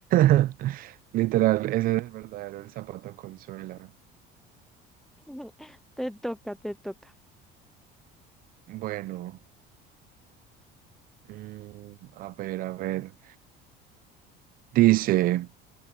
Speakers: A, on the right; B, in the centre.
A: <laughs> literal, ese es el verdadero el zapato con suela.
B: <laughs> Te toca, te toca.
A: Bueno, mm, a ver, a ver. Dice,